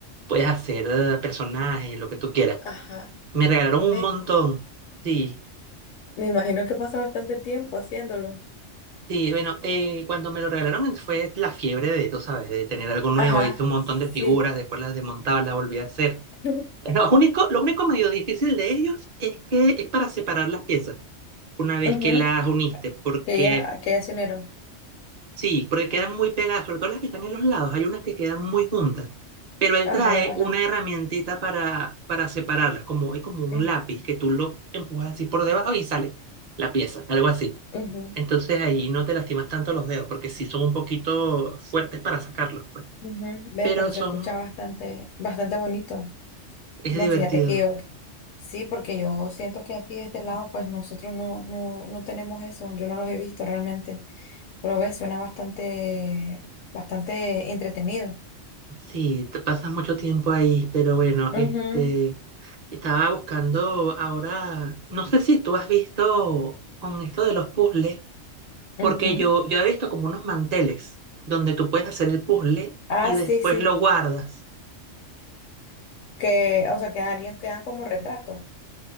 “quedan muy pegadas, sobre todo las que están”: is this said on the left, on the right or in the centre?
Right